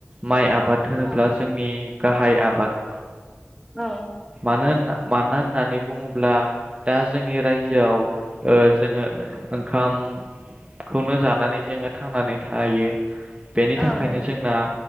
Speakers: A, on the right; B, in the centre.
A: माइ आब बाद होनोब्ला
B: औ
A: जोंनि गाहाय आबाद
B: औ
A: मानो होन मानो होननानै बुङोब्ला दा जोंनि रायजोआव ओ जोङो ओंखामखौनो जानानै जोङो थांनानै थायो। बेनि
B: औ
A: थाखायनो
B: नंगौ
A: जोंना